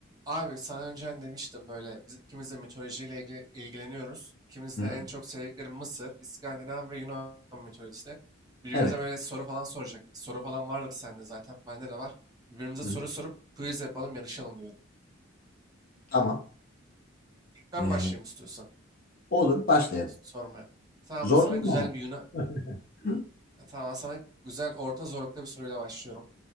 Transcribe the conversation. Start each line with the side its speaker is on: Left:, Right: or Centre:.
Right: Abi sana önceden demiştim böyle biz ikimiz de mitolojiyle ilgi- ilgileniyoruz. İkimiz
Left: Hı
Right: de
Left: hı.
Right: en çok sevdikleri Mısır, İskandinav ve Yunan mitolojisi. Birbirimize
Left: Evet.
Right: böyle soru falan soracaktık. Soru falan vardır sende zaten, bende de var. Birbirimize
Left: Hı
Right: soru
Left: hı.
Right: sorup quiz yapalım, yarışalım diyorum.
Left: Tamam.
Right: İlk ben
Left: Ee,
Right: başlayayım istiyorsan
Left: olur. Başlayalım.
Right: s- sormaya. Tamam
Left: Zor
Right: da sana
Left: değil
Right: güzel
Left: mi ama?
Right: bir Yunan...
Left: <laughs>
Right: Tamam sana güzel orta zorlukta bir soruyla başlıyorum.